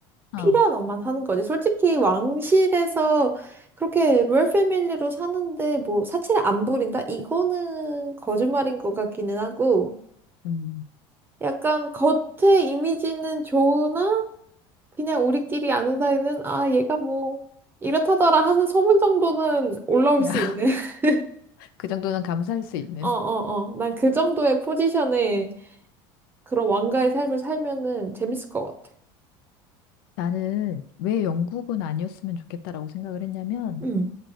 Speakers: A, on the left (about 85°); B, on the right (about 20°).
A: 어.
B: 필요한 옷만 사는 거지. 솔직히 왕실에서 그렇게 로열 패밀리로 사는데 뭐 사치를 안 부린다? 이거는 거짓말인 것 같기는 하고.
A: 음.
B: 약간 겉에 이미지는 좋으나 그냥 우리끼리 아는 사이는 아 얘가 뭐 이렇다더라 하는 소문 정도는 올라올
A: <laughs>
B: 수 있는 <laughs>
A: 그 정도는 감사할 수 있는.
B: 어어어 난 그 정도의 포지션에 그런 왕가의 삶을 살면은 재밌을 것 같아
A: 나는 왜 영국은 아니었으면 좋겠다라고 생각을 했냐면,
B: 응